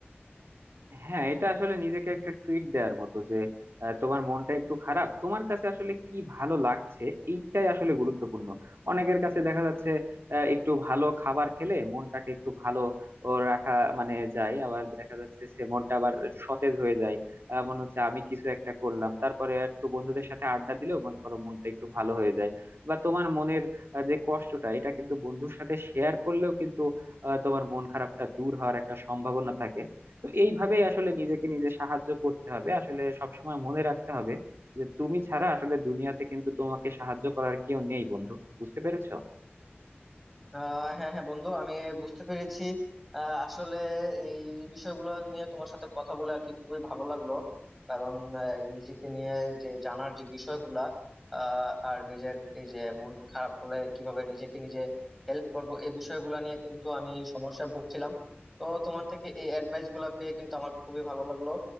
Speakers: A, on the right; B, in the centre.
A: হ্যাঁ এটা আসলে নিজেকে একটা ট্রিট দেওয়ার মতো যে আহ, তোমার মনটা একটু খারাপ তোমার কাছে আসলে কি ভালো লাগছে এইটাই আসলে গুরুত্বপূর্ণ অনেকের কাছে দেখা যাচ্ছে আহ, একটু ভালো খাবার খেলে মনটাকে একটু ভালো ও রাখা মানে যায় আবার দেখা যাচ্ছে সে মনটা আবার একটু সতেজ হয়ে যায় আহ, মনে হচ্ছে আমি কিছু একটা করলাম তারপরে একটু বন্ধুদের সাথে আড্ডা দিলেও মনে করো মনটা একটু ভালো হয়ে যায় বা তোমার মনের আহ, যে কষ্টটা এটা কিন্তু বন্ধুর সাথে শেয়ার করলেও কিন্তু আহ, তোমার মন খারাপটা দূর হওয়ার একটা সম্ভাবনা থাকে তো এইভাবেই আসলে নিজেকে নিজে সাহায্য করতে হবে আসলে সবসময় মনে রাখতে হবে যে তুমি ছাড়া আসলে দুনিয়াতে কিন্তু তোমাকে সাহায্য করার কেউ নেই বন্ধু বুঝতে পেরেছো
B: আহ হ্যাঁ হ্যাঁ বন্ধু আমি বুঝতে পেরেছি আহ, আসলে এই বিষয়গুলো নিয়ে তোমার সাথে কথা বলে আর কি খুবই ভালো লাগলো কারণ আহ, নিজেকে নিয়ে যে জানার যে বিষয়গুলা আহ, আর নিজের এই যে মন খারাপ হলে কিভাবে নিজেকে নিজে হেল্প করব এই বিষয়গুলো নিয়ে কিন্তু আমি সমস্যায় ভুগছিলাম তো তোমার থেকে এই অ্যাডভাইস গুলা পেয়ে কিন্তু আমার খুবই ভালো লাগলো